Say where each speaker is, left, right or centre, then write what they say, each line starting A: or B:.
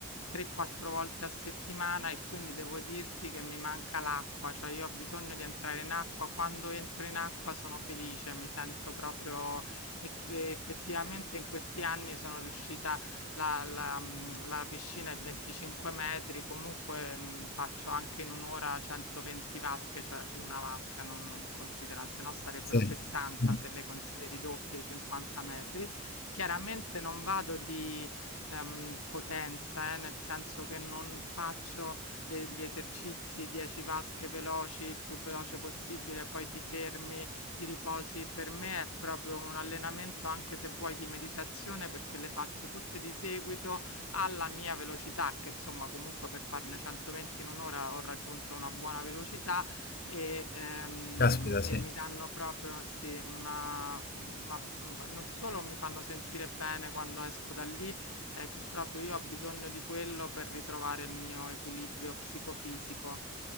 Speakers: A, on the left (about 75°); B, on the left (about 40°).
A: 3, 4 volte a settimana e quindi devo dirti che mi manca l'acqua, cioè io ho bisogno di entrare in acqua, quando entro in acqua sono felice, mi sento proprio e, e effettivamente in questi anni sono riuscita, la, la, mh, la piscina è 25 metri, comunque mh, faccio anche in un'ora 120 vasche, cioè una vasca non, non considera, se no sarebbero
B: Sì.
A: 60
B: Mm,
A: se le consideri doppie, 50 metri. Chiaramente non vado di ehm, potenza, eh, nel senso che non faccio le- gli esercizi 10 vasche veloci, il più veloce possibile, poi ti fermi, ti riposi. Per me è proprio un allenamento, anche se vuoi, di meditazione, perché le faccio tutte di seguito alla mia velocità, che insomma comunque per farne 120 in un'ora ho raggiunto una buona velocità e, ehm,
B: Caspita,
A: e
B: sì.
A: mi danno proprio sì, una, ma ma non solo mi fanno sentire bene quando esco da lì, è che proprio io ho bisogno di quello per ritrovare il mio equilibrio psicofisico.